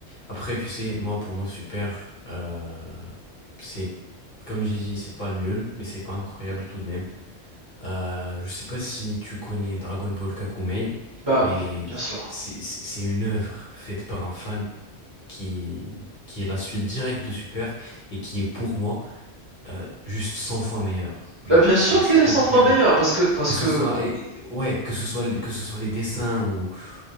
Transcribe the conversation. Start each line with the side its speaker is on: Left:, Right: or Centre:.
Left: Après, tu sais, moi, pour mon super, euh, c'est, comme j'ai dit, c'est pas nul, mais c'est pas incroyable tout de même. Euh, je sais pas si tu connais Dragon Ball Kakumei,
Right: Bah
Left: mais
Right: oui, bien sûr.
Left: c'est c'est- c'est une œuvre faite par un fan qui, qui est la suite directe de Super et qui est pour moi euh, juste 100 fois meilleure.
Right: Bah
Left: Genre,
Right: bien sûr
Left: c'est c'est
Right: qu'elle est
Left: incroyable.
Right: 100 fois meilleure, parce que parce
Left: Que
Right: que
Left: ce soit, et- et- ouais, que ce soit, que ce soit les dessins où